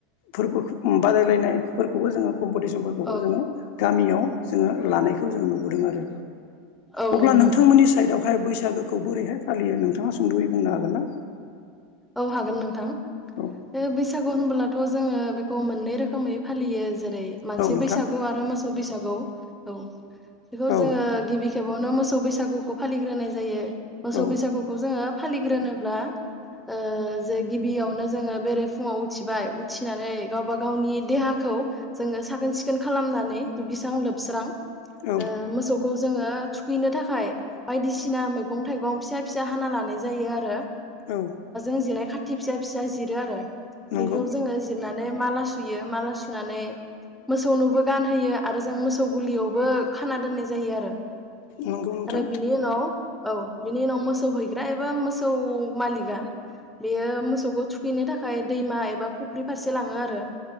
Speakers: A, on the left (about 60°); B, in the centre.
A: फोरबो बादायलायनायफोरखौबो जोङो कम्पिटिसनफोरखौबो
B: औ
A: जोङो गामियाव जोङो लानायखौ जोङो नुबोदों आरो
B: औ
A: अब्ला
B: नंगौ
A: नोंथांमोननि
B: नोंथां
A: साइदआवहाय बैसो बैसागोखौ बोरैहाय फालियो नोंथाङा सुंद'यै बुंनो हागोन ना?
B: औ हागोन नोंथां
A: औ
B: बे बैसागु होनबोलाथ' जोङो बेखौ मोननै रोखोमै फालियो जेरै मानसि
A: औ नोंथां
B: बैसागु आरो मोसौ बै नंगौ औ बेखौ
A: औ
B: जोङो गिबि खेबावनो मोसौ बैसागुखौ फालिग्रोनाय जायो मोसौ
A: औ
B: बैसागुखौ जोङो फालिग्रोनोब्ला ओ जे गिबियावनो जोङो बेरे फुङाव उथिबाय उथिनानै गावबा गावनि देहाखौ जोङो साखोन सिखोन खालामनानै दुगैस्रां लोबस्रां
A: औ
B: ओ मोसौ खौ जोङो थुखैनो थाखाय बायदिसिना मैगं थाइगं फिसा फिसा हाना लानाय जायो आरो
A: औ
B: फुजिनाय खाथि फिसा फिसा जिरो आरो
A: नंगौ
B: बेखौ जोङो जिरनानै ने माला सुयो माला सुनानै मोसौनोबो गानहोयो आरो जों मोसौ गुलियावबो खाना दोननाय जायो आरो
A: नंगौ नोंथां
B: आरो बिनि उनाव औ बिनि उनाव मोसौ हैग्रा एबा मोसौ मालिगा बेयो मोसौखौ थुखैनो थाखाय दैमा एबा फुख्रि फारसे लाङो आरो